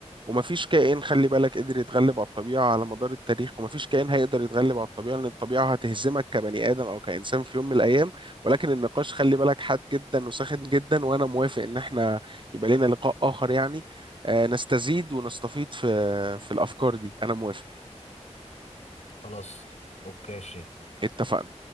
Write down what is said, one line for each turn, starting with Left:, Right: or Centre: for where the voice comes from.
Right: ومفيش كائن خلي بالك قدر يتغلب على الطبيعة على مدار التاريخ ومفيش كائن هيقدر يتغلب على الطبيعة لأن الطبيعة هتهزمك كبني آدم أو كإنسان في يوم من الأيام ولكن النقاش خلي بالك حاد جدا وساخن جدا وأنا موافق إن احنا يبقى لنا لقاء آخر يعني آه، نستزيد ونستفيد في في الأفكار دي أنا موافق
Left: خلاص اوكي يا شريف
Right: اتفقنا